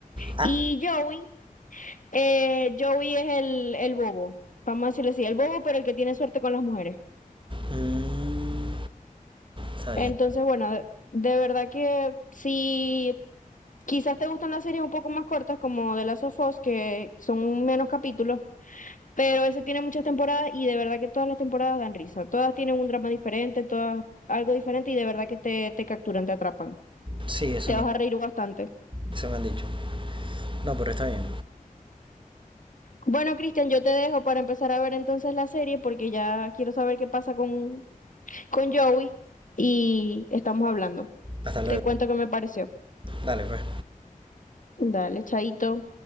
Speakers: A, on the right; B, on the left.
A: Ah,
B: Y Joey, eh, Joey es el, el bobo. Vamos a decirle así, el bobo, pero el que tiene suerte con las mujeres.
A: mm, está bien.
B: Entonces, bueno, de, de verdad que si quizás te gustan las series un poco más cortas, como de Last of Us, que son menos capítulos, pero ese tiene muchas temporadas y de verdad que todas las temporadas dan risa. Todas tienen un drama diferente, todas algo diferente y de verdad que te, te capturan, te atrapan.
A: Sí, eso
B: Te
A: me,
B: vas a reír bastante.
A: eso me han dicho. No, pero está bien.
B: Bueno, Cristian, yo te dejo para empezar a ver entonces la serie porque ya quiero saber qué pasa con, con Joey y estamos hablando.
A: Hasta
B: Te
A: luego.
B: cuento qué me pareció.
A: Dale, pues.
B: Dale, chaito.